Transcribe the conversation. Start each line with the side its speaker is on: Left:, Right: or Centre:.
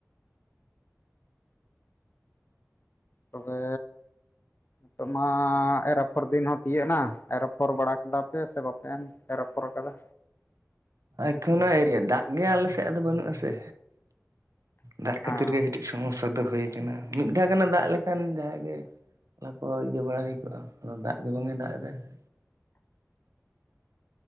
Left: ᱛᱚᱵᱮ ᱱᱤᱛᱚᱜ ᱢᱟ ᱮᱨᱟᱯᱷᱚᱨ ᱫᱤᱱ ᱦᱚᱸ ᱛᱤᱭᱳᱟᱹᱜ ᱮᱱᱟ ᱮᱨ ᱟᱯᱷᱚᱨ ᱵᱟᱲᱟ ᱠᱮᱫᱟ ᱯᱮ ᱥᱮ ᱵᱟᱯᱮ <unintelligible> ᱮᱨ ᱟᱯᱷᱚᱨ ᱠᱟᱫᱟ
Right: ᱮᱠᱷᱚᱱᱳ ᱟᱭᱨᱤᱭᱟ ᱫᱟᱜ ᱜᱮ ᱟᱞᱮ ᱥᱮᱫ ᱫᱚ ᱵᱟᱹᱱᱩᱜ ᱟᱥᱮ ᱫᱟᱜ
Left: ᱦᱮᱸ
Right: ᱠᱷᱟᱹᱛᱤᱨ ᱜᱮ ᱠᱟᱹᱴᱤᱡ ᱥᱚᱢᱚᱥᱥᱟ ᱫᱚ ᱦᱩᱭ ᱠᱟᱱᱟ ᱢᱤᱫ ᱫᱷᱟᱣ ᱜᱟᱱ ᱮ ᱫᱟᱜ ᱞᱮᱠᱷᱟᱱ ᱡᱟᱦᱟᱸᱭ ᱜᱮ <unintelligible> ᱤᱭᱟᱹ ᱵᱟᱲᱟ ᱦᱩᱭ ᱠᱚᱜᱼᱟ ᱟᱫᱚ ᱫᱟᱜ ᱜᱮ ᱵᱟᱝ ᱮ ᱫᱟᱜ ᱮᱫᱟᱭ ᱥᱮ